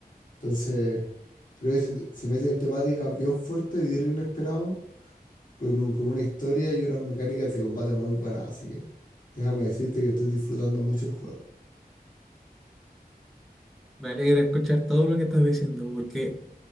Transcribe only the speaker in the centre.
Me alegra escuchar todo lo que estás diciendo, porque